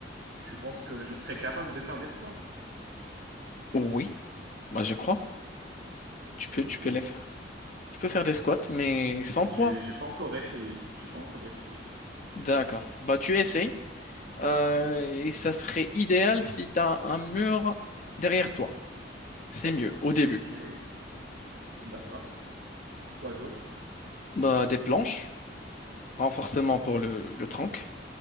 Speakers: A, on the right; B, on the left.
A: Je pense que je serais capable de faire des squats.
B: Oui. Bah, je crois. Tu peux,
A: Ok.
B: tu peux les faire. Tu peux faire des squats, mais
A: Euh,
B: sans
A: j'ai
B: poids.
A: j'ai pas encore essayé. J'ai pas encore essayé.
B: D'accord. Bah, tu essayes. Euh, et ça serait idéal si tu as un mur derrière toi. C'est mieux au début.
A: Ok. D'accord. Quoi d'autre?
B: Bah, des planches, renforcement pour le, le trunk.